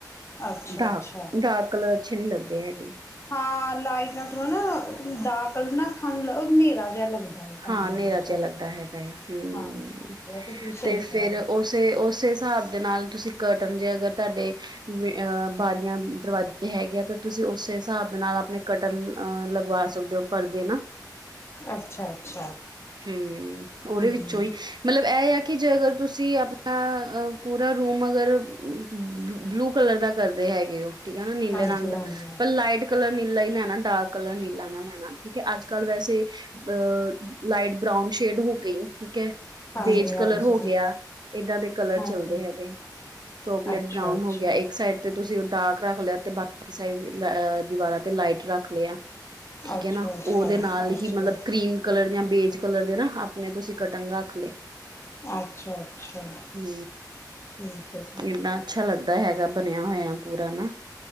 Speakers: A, on the left; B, on the right.
A: ਅੱਛਾ
B: ਡਾਰਕ,
A: ਅੱਛਾ
B: ਡਾਰਕ ਕਲਰ ਅੱਛੇ ਨਹੀਂ ਲੱਗਦੇ ਹੈਗੇ।
A: ਹਾਂ ਲਾਈਟ ਨਾ ਥੋੜਾ ਨਾ, ਡਾਰਕ ਕਲਰ ਨਾ ਅੱਖਾਂ ਨੂੰ ਹਨੇਰਾ ਜਿਹਾ ਲੱਗਦਾ। ਹੈ ਕਮਰੇ
B: ਹਾਂ ਹਨੇਰਾ
A: ਵਿੱਚ
B: ਜਿਹਾ ਲੱਗਦਾ ਹੈਗਾ ਆ, ਹਮ
A: ਹਾਂਜੀ ਹਾਂਜੀ ਇਹ ਤੁਸੀਂ ਸਹੀ
B: ਤੇ ਫਿਰ
A: ਕਹਿ ਰਹੇ ਹੋ
B: ਉਸ ਤੇ ਉਸੇ ਹਿਸਾਬ ਦੇ ਨਾਲ, ਤੁਸੀਂ ਕਰਟਨ ਜੇ ਅਗਰ ਤੁਹਾਡੇ ਅਹ ਬਾਰੀਆਂ ਦਰਵਾਜ਼ੇ ਹੈਗੇ ਆ ਤੇ, ਤੁਸੀਂ ਉਸੇ ਹਿਸਾਬ ਦੇ ਨਾਲ ਆਪਣੇ ਕਟਲ ਅ ਲਗਵਾ ਸਕਦੇ ਹੋ, ਪਰਦੇ ਨਾ
A: ਅੱਛਾ, ਅੱਛਾ।
B: ਹਮ, ਉਹਦੇ
A: ਹਮ
B: ਵਿੱਚੋਂ ਹੀ ਮਤਲਬ ਇਹ ਆ ਕਿ ਜੇ ਅਗਰ ਤੁਸੀਂ ਆਪਣਾ, ਪੂਰਾ ਰੂਮ ਅਗਰ ਬਲੂ ਕਲਰ ਦਾ ਕਰਦੇ ਹੈਗੇ ਹੋ ਠੀਕ ਹੈ ਨਾ ਨੀਲੇ
A: ਹਾਂਜੀ
B: ਰੰਗ ਦਾ,
A: ਹਾਂਜੀ
B: ਪਰ ਲਾਈਟ ਕਲਰ ਨੀਲਾ ਹੀ ਲੈਣਾ ਡਾਰਕ ਕਲਰ ਨੀਲਾ ਨਾ ਲੈਣਾ, ਠੀਕ ਹੈ। ਅੱਜ ਕੱਲ ਵੈਸੇ, ਅਹ ਲਾਈਟ ਬਰਾਊਨ ਸ਼ੇਡ ਹੋ ਗਈ, ਠੀਕ ਹੈ।
A: ਹਾਂਜੀ
B: ਬੇਜ
A: ਹਾਂਜੀ
B: ਕਲਰ ਹੋ ਗਿਆ, ਏਦਾਂ ਦੇ ਕਲਰ
A: ਹਾਂਜੀ
B: ਚੱਲਦੇ ਹੈਗੇ। ਚੌਕਲੇਟ
A: ਅੱਛਾ
B: ਬਰਾਊਨ
A: ਅੱਛਾ
B: ਹੋ ਗਿਆ, ਇੱਕ ਸਾਈਡ ਤੇ ਤੁਸੀਂ ਉਹ ਡਾਰਕ ਰੱਖ ਲਿਆ, ਤੇ ਬਾਕੀ ਸਾਈਡ ਦੀਵਾਰਾਂ ਤੇ ਲਾਈਟ ਰੱਖ ਲਿਆ। ਠੀਕ
A: ਅੱਛਾ
B: ਹੈ ਨਾ,
A: ਅੱਛਾ
B: ਉਹਦੇ ਨਾਲ
A: ਅੱਛਾ
B: ਹੀ ਮਤਲਬ ਕਰੀਮ ਕਲਰ ਜਾਂ ਬੇਜ ਕਲਰ ਦੇ ਨਾ, ਆਪਣੇ ਤੁਸੀਂ ਕਰਟੈਂ ਰੱਖ ਲਏ।
A: ਅੱਛਾ ਅੱਛਾ
B: ਤੇ,
A: ਠੀਕ ਹੈ ਠੀਕ
B: ਇਹ ਅੱਛਾ ਲੱਗਦਾ ਹੈਗਾ, ਬਣਿਆ ਹੋਇਆ ਪੂਰਾ ਨਾ।